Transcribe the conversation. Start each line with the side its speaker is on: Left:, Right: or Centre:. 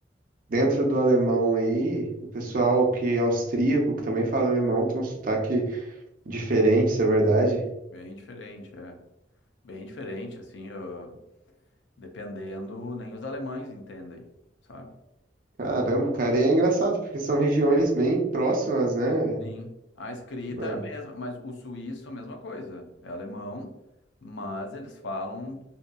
Right: dentro do alemão aí, o pessoal que é austríaco, que também fala alemão, tem um sotaque diferentes, é verdade.
Left: bem diferente, é. Bem diferente, assim, eu- dependendo, nem os alemães entendem, sabe?
Right: Caramba, cara, e é engraçado, porque são regiões bem próximas, né?
Left: Sim, a escrita
Right: Na-
Left: é a mesma, mas o suíço é a mesma coisa, é alemão, mas eles falam